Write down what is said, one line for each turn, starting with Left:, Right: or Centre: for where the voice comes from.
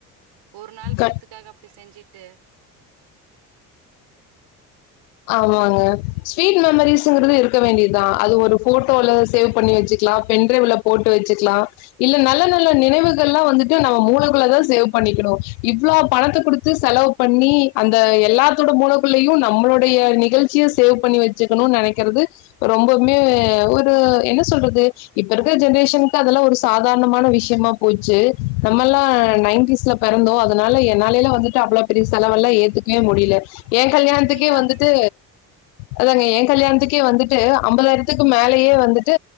Right: ஒரு நாள்
Left: க
Right: கூத்துக்காக அப்டி செஞ்சிட்டு
Left: ஆமாங்க ஸ்வீட் மெமரிஸ்ங்குறது இருக்க வேண்டியதா அது ஒரு ஃபோட்டோல சேவ் பண்ணி வெச்சிக்லா பென் ட்ரைவ்ல போட்டு வெச்சிக்லா இல்ல நல்ல நல்ல நினைவுகள்லா வந்துட்டு நம்ம மூளைக்குள்ள தா சேவ் பண்ணிக்கணு இவ்ளோ பணத்த குடுத்து செலவு பண்ணி அந்த எல்லாத்தோட மூளைக்குள்ளயு நம்மளோட டைய நிகழ்ச்சிய சேவ் பண்ணி வெச்சுக்கணு நெனைக்கிறது ரொம்பவுமே ஒரு என்ன சொல்றது இப்ப இருக்கிற ஜென்ரேஷன்க்கு அதெல்லா ஒரு சாதாரணமான விஷயமா போச்சு நம்ம எல்லா நைன்ட்டிஸ்ல பிறந்தோ அதனால என்னாலைலா வந்துட்டு அவ்ளோ பெரிய செலவெல்லா ஏத்துக் வே முடியல எ கல்யாணத்துக்கே
Right: உண்மையாவேங்க
Left: வந்துட்டு அதாங்க எ கல்யாணத்துக்கே வந்துட்டு அம்பதாயிரத்துக்கு மேலயே வந்துட்டு